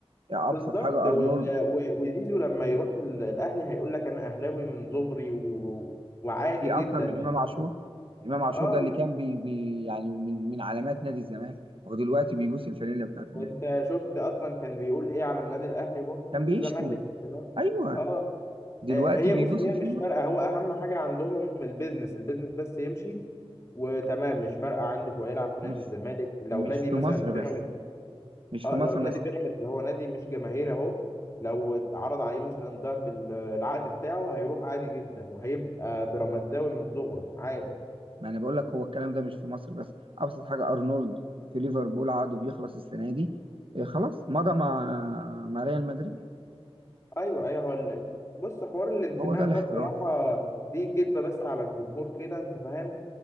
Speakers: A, on the right (about 60°); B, on the left (about 25°).
A: يعني
B: بالظبط
A: ابسط حاجه
B: وال...
A: ارنولد
B: و- وزيزو لما يروح ال- الاهلي هيقول لك انا اهلاوي من صغري و... وعادي
A: في
B: جدا
A: اكتر من
B: مش
A: امام
B: فاهم؟
A: عاشور امام عاشور
B: اه
A: ده اللي
B: بي-
A: كان بي بي يعني من من علامات نادي الزمالك ودلوقتي بيبوس الفانيلا بتاعت النادي
B: وانت
A: ده
B: شفت اصلا كان بيقول ايه على النادي الاهلي وهو في
A: كان
B: نادي
A: بيشتم
B: الزمالك تمام
A: ايوه
B: اه
A: دلوقتي
B: آه، هي
A: بيبوس
B: بص هي
A: الفانيلا
B: مش فارقه هو اهم حاجه عندهم البيزنس البيزنس بس يمشي وتمام مش فارقه عنده هو يلعب في نادي
A: مش
B: الزمالك لو
A: مش
B: نادي
A: في
B: مثلا
A: مصر
B: بيراميدز
A: بس مش
B: اه
A: في مصر
B: لو نادي
A: بس
B: بيراميدز هو نادي مش جماهيري اهو لو عرض عليه مثلا ضعف ال- العقد بتاعه هيروح عادي جدا وهيبقى بيراميدزاوي من صغره عادي
A: ما انا بقول لك هو الكلام ده مش في مصر بس ابسط حاجه ارنولد في ليفربول عقده بيخلص السنه دي إيه خلاص مضى مع مع ريال مدريد
B: ايوه ايوه هو ال- بص حوار الانتماء
A: هو ده الاحتراف
B: ده بصراحه دي كدبه بس على الجمهور كده انت فاهم